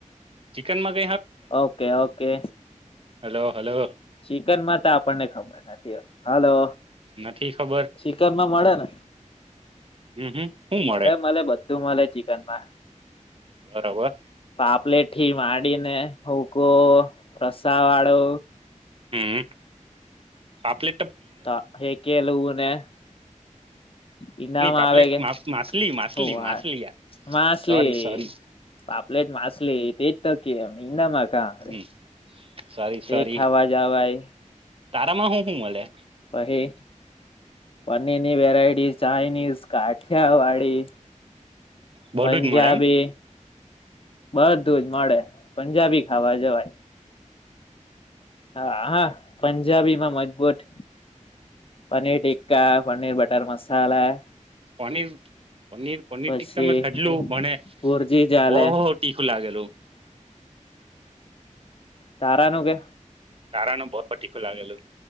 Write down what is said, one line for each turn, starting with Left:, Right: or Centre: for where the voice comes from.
Right: ચિકનમાં ક
Left: okay okay.
Right: Hello hello.
Left: Chicken માં તો આપણને ખબર નથી હાલો.
Right: નથી ખબર
Left: ચિકનમાં મળે ને
Right: હમ હમ શું મળે
Left: મલે મલે બઘું મલે ચિકનમાં.
Right: બરાબર.
Left: આપલે થી માડીને હુકો રસાવાડો
Right: હમ્મ આપલે
Left: તા હે કે લૂ ને ઈડામાં
Right: નહી પાપલેટ
Left: આવે કે
Right: માછલી માછલી
Left: હું વા
Right: માછલી યાર
Left: માછલી
Right: સોરી સોરી
Left: પાપલેટ માછલી. તેજ તો કેમ ઈંડામાં કા આવે.
Right: હમ સોરી
Left: તે
Right: સોરી
Left: ખાવા જવાય
Right: તારામાં હું શું મળે
Left: હં પહી પનીરની વેરાયટી ચાઇનીઝ કાઠિયાવાડી
Right: બધું
Left: પંજાબી
Right: જ મળે એમ
Left: બધું જ મળે. પંજાબી ખાવા જવાય. હા હા પણ જાબીમાં મટ બોટ પનીર ટિક્કા પનીર બટર મસાલા
Right: પનીર પનીર પનીર
Left: પછી
Right: ટીખા મેં ખાધેલું મને
Left: ભુરજી ચાલે
Right: બહુ ટીખું લાગેલું.
Left: તારાનું કે
Right: તારાનું બહુ તીખું લાગેલું